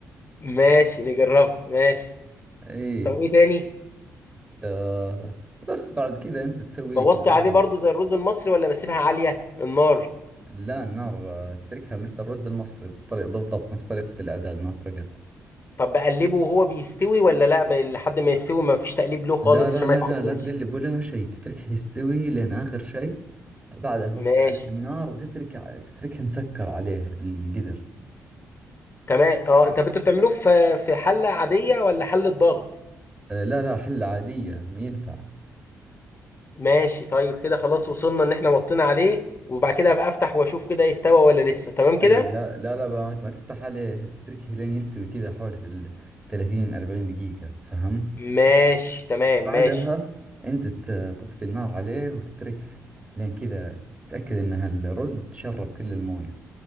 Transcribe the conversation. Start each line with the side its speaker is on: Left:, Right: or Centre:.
Left: ماشي نجربها ماشي
Right: اي
Left: طب ايه تاني
Right: آه بس بعد كذا انت تسوي
Left: بوطي
Right: لك اللحمة
Left: عليه برضو زي الرز المصري ولا بسيبها عالية النار
Right: لا النار آه، تتركها مثل الرز المصري بالطريقة بالضبط نفس طريقة الاعداد ما فرقت
Left: طب بقلبه وهو بيستوي ولا لا ب- لحد ما يستوي ما فيش تقليب له خالص
Right: لا لا
Left: عشان
Right: لا
Left: ما يتعجنش
Right: لا لا تقلب ولا شيء تتركه يستوي لين آخر شيء بعدها
Left: ماشي
Right: تطفي عليه النار وتترك تتركه مسكر عليه القدر
Left: تمام اه انت انتوا بتعملوه في في حلة عادية ولا حلة ضغط
Right: آه، لا لا حلة عادية ينفع
Left: ماشي طيب كده خلاص وصلنا ان احنا وطينا عليه وبعد كده ابقى افتح واشوف كده يستوى ولا لسه تمام كده
Right: اي لا لا لا بقى ما ما تفتح عليه تتركه لين يستوي كذا حوالي ال 30 40 دقيقة فهم
Left: ماشي تمام
Right: بعدها
Left: ماشي
Right: انت ت- تطفي النار عليه وتتركه لين كذا تتأكد ان الرز تشرب كل الموية